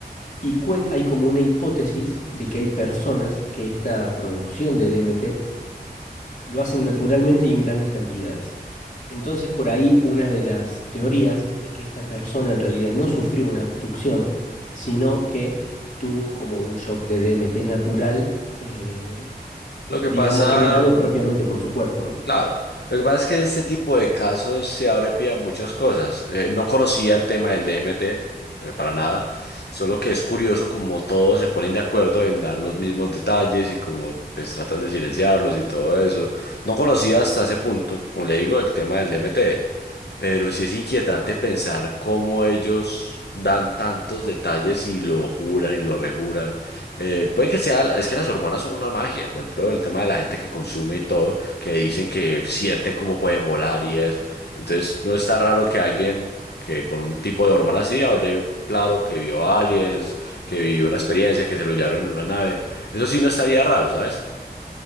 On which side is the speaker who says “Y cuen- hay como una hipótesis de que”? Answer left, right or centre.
Left